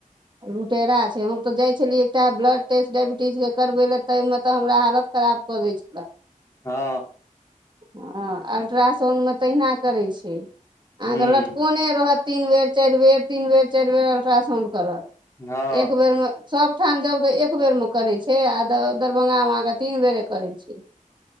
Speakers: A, on the right (about 35°); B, on the left (about 20°).
A: लुटेरा छै, हम तऽ जाइ छलियै एकटा ब्लड टेस्ट डाइबि टीज के करबै ल, तय में त हमरा हालत खराब कऽ दै छलै।
B: हँ
A: हँ अल्ट्रासाउण्डमे तहिना करै छै,
B: हुँ
A: अहाँ क लटकोने रहत तीन बेर, चारि बेर, तीन बेर, चारि बेर अल्ट्रासाउंड करत
B: हँ
A: एक बेरम सबठाम जाऊ तऽ एक बेर में करे छै, आ द दरभंगा मे अहां क तीन बेरे करै छय,